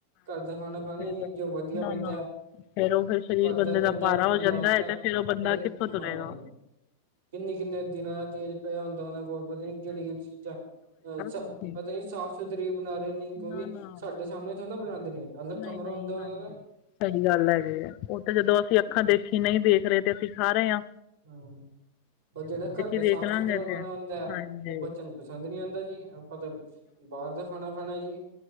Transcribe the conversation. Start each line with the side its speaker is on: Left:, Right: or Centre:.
Right: ਘਰ ਦਾ ਖਾਣਾ ਖਾਣਾ
Left: ਫਿਰ
Right: ਨੀ, ਜੋ ਵਧੀਆ
Left: ਨਾ
Right: ਬਣਦਾ।
Left: ਨਾ ਫਿਰ ਉਹ ਫਿਰ ਸਰੀਰ
Right: ਘਰ
Left: ਬੰਦੇ
Right: ਦਾ ਗੰਦਾ
Left: ਭਾਰਾ
Right: ਹੁੰਦਾ।
Left: ਹੋ ਜਾਂਦਾ ਹੈ
Right: ਘ
Left: ਤੇ ਫਿਰ ਉਹ ਬੰਦਾ
Right: ਪਤਾ ਨੀ
Left: ਕਿੱਥੋਂ
Right: ਹਾਂ।
Left: ਤੁਰੇਗਾ
Right: ਕਿੰਨੇ-ਕਿੰਨੇ ਦਿਨਾਂ ਦਾ ਤੇਲ ਪਿਆ ਹੁੰਦਾ। ਉਹਨਾਂ ਕੋਲ ਪਤਾ ਨੀ ਕਿਹੜੀ-ਕਿਹੜੀ ਚੀ ਜ਼ਾ ਅ-ਸ
Left: ਹਾਂਜੀ
Right: ਪਤਾ ਨੀ ਸਾਫ਼-ਸੁਥਰੀ ਬਣਾ ਰਹੇ ਨੇ। ਕਿਉਂਕਿ
Left: ਨਾ ਨਾ
Right: ਸਾਡੇ ਸਾਹਮਣੇ ਥੋਰੀ ਨਾ ਬਣਾਂਦੇ ਨੇ। ਅਲਗ ਕਮਰਾ
Left: ਨਹੀਂ ਨਹੀਂ
Right: ਹੁੰਦਾ ਉਨ੍ਹਾਂ
Left: ਹਾਂਜੀ
Right: ਦਾ।
Left: ਸਹੀ ਗੱਲ ਹੈਗੀ ਐਂ। ਓ ਤੇ ਜਦੋਂ ਅਸੀਂ ਅੱਖਾਂ ਦੇਖੀ ਨਹੀਂ ਦੇਖ ਰਹੇ ਤੇ ਅਸੀਂ ਖਾ ਰਹੇ ਆ।
Right: ਹਮ, ਪਰ ਜਿਹੜਾ ਘਰ ਦਾ ਸਾਫ਼-ਸੁਥਰਾ
Left: ਦੇਖ ਲਾਂਗੇ
Right: ਖਾਣਾ
Left: ਤੇ
Right: ਹੁੰਦੈ
Left: ਹਾਂਜੀ
Right: ਉਹ ਬੱਚਿਆਂ ਨੂੰ ਪਸੰਦ ਨੀ ਆਂਦਾ ਜੀ। ਆਪਾਂ ਤਾਂ ਬਾਹਰ ਦਾ ਖਾਣਾ ਖਾਣਾ ਜੀ।